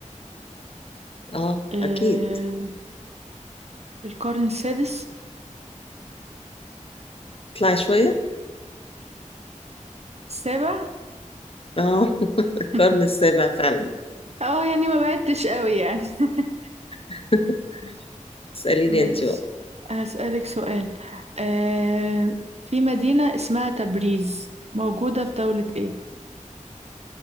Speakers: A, on the left; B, on the right.
A: اه
B: آه،
A: اكيد
B: القرن السادس
A: طلعي شويه
B: السابع
A: اه <laughs> القرن
B: <laughs>
A: السابع فعلا
B: اه يعني ما بعدتش قوي يعني <laughs>
A: <laughs> اساليني
B: ماشي
A: انت بقى
B: هسألك سؤال آه في مدينة اسمها تبريز موجودة في دولة ايه؟